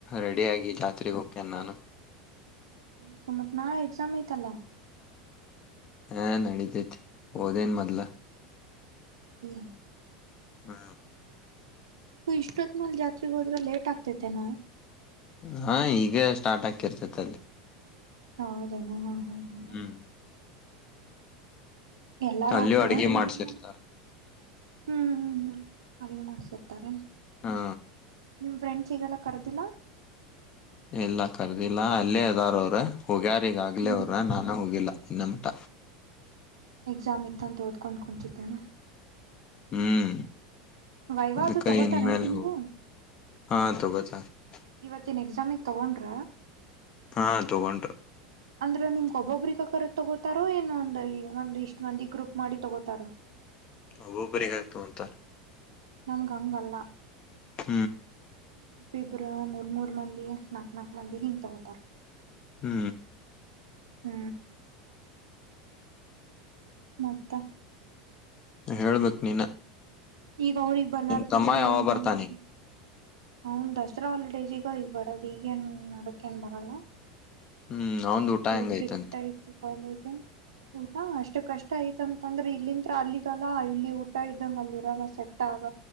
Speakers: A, on the left (about 35°); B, on the right (about 65°).
A: ರೆಡಿ ಆಗಿ ಜಾತ್ರೆಗೆ ಹೋಗಕ್ಯನೆ ನಾನು
B: ಇ ಮತ್ತ ನಾ ಎಕ್ಸಾಮ ಐತಲ್ಲ
A: ಹಾ ನಡಿದ್ದೈತಿ ಒದನು ಮದಲ
B: ಹೌ
A: ಹ್ಮ
B: ಈ ಇಷ್ಟೋತ್ಮಲ್ ಜಾತ್ರೆಗೆ ಹೋದ್ರೆ ಲೇಟ್ ಆಗ್ತೇತೆ ನ
A: ಹಾ ಈೀಗ ಸ್ಟಾರ್ಟ್ ಆಕಿರ್ತತಿ ಅಲ್ಲಿ
B: ಹೌದನ ಹಾ ಹಾ ಹಾ
A: ಹ್ಮ್
B: ಎಲ್ಲಾರು
A: ಅಲ್ಲಿಯೂ
B: ಹೋಗ್ತಾರೆಮ್ಮ
A: ಅಡ್ಗೆ
B: ಮನ
A: ಮಾಡ್ಸಿರ್ತಾರ
B: ಹ್ಮ್ ಹ್ಮ್ ಹ್ಮ್ ಅಲ್ಲಿ ಮಾಡ್ಸಿರ್ತಾರೆ
A: ಹಾ
B: ನಿಮ ಫ್ರೆಂಚ್ ಈಗೆಲ್ಲ ಕರ್ದಿಲ್ಲ
A: ಇಲ್ಲ ಕರ್ದಿಲ್ಲಾ ಅಲ್ಲೇ ಇದದಾರ ಅವ್ರ ಹೋಗ್ಯಾರ ಈಗಾಗಗಲಿ
B: ಹ್ಮ್
A: ಅವರು ನಾನು ಹೋಗಿಲ್ಲ ಇನ್ನ ಮಟ
B: ಎಕ್ಸಾಮ್ ಇತ್ತಂತ ಓದ್ಕೊಂಡು ಕುೂಂತಿದ್ದೇನಾ
A: ಹ್ಮ್
B: ವೈವಾ
A: ಅದು ಕೈ
B: ತಗೋತಾರೆ
A: ಮೇಲೆ
B: ನಿಮ್ಗೂ
A: ಹಾ ತ ಬ <unintelligible> <inaudible>
B: ಇವತ್ತಿನ ಎಕ್ಸಾಮಿಗೆ ತಗೊಂಡ್ರ
A: ಹಾ ತಗಂಟು
B: ಅಂದ್ರೆ ನಿಮ್ಕ್ ಒಬ್ಬೊಬ್ರಗ ಕರ ತಗೋತಾರೋ ಏನ ಒಂದ ಒಂದು ಇಷ್ಟ ಮಂದಿ ಗ್ರೂಪ್ ಮಾಡಿ ತಗೋತಾರೋ
A: ಹ ಒಬ್ಬರಿಗಾಯ್ತು ಅಂತಾ
B: ನನ್ಗ ಹಂಗಲ್ಲ
A: ಹೂ
B: ಇಬ್ಬರು ಮೂರ್ ಮೂರ್ ಮಂದಿ ನಾಕ್ ನಕ್ ಮಂದಿ ಹಿಂಗ್ ತಗೋತಾರ
A: ಹೂ
B: ಹೂ ಮತ್ತ
A: ಹೇಳ್ಬೇಕಕ್ ನೀನ
B: ಈಗ ಅವ್ರಗ್ ಬರ್ಲಾರ್ದ
A: ನಿಮ್ ತಮ್ಮ
B: ಕವಶನ್
A: ಯಾವಾಗ
B: ನಮಗ್
A: ಬರ್ತಾನೆ
B: ಬಂದ ಅವನ್ ದಸರಾ ಹಾಲಿಡೇಜ ಈಗ ಈ ಬರದು ಈಗೇನ್ ನಡಕ್ ಏನ್ ಬರಲ್ಲ
A: ಹ್ಮ್ ಅವಂದು
B: ಅವ್ರ
A: ಊಟ
B: ಫುಲ್
A: ಹೆಂಗೈ್ತಂತ
B: ಸ್ಟ್ರಿಕ್ಟ್ ಐತಿ ಕಾಲೇಜ್ ಊಟ ಅಷ್ಟು ಕಷ್ಟ ಆ ಐತಂತಂದ್ರೆ ಇಲ್ಲಿಂತ್ರ ಅಲ್ಲಿಗಲ್ಲ ಇಲ್ಲಿ ಊಟ ಇದ್ದಂಗ ಅಲ್ಲಿರಾಗ ಸೆಟ್ ಆಗ